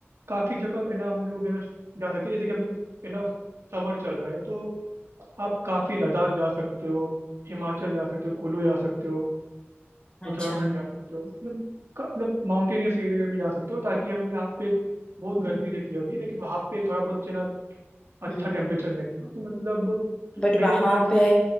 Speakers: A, on the right; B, on the left.
A: काफ़ी जगह है ना हम लोग है ना जा सकते हैं जैसे कि अभी है ना समर चल रहा है तो आप काफ़ी लद्दाख जा सकते हो हिमाचल जा सकते हो कुल्लू जा सकते हो
B: अच्छा
A: उत्तराखंड जा सकते हो मतलब का- मतलब माउंटेनियस एरिया में जा सकते हो ताकि हम यहाँ पे बहुत
B: हम्म
A: गर्मी रहती है अभी लेकिन वहाँ पे थोड़ा बहुत ना अच्छा
B: हम्म
A: टेम्परेचर मिलेगा तो मतलब
B: बट
A: मेरे
B: वहां
A: ख्याल
B: पे
A: से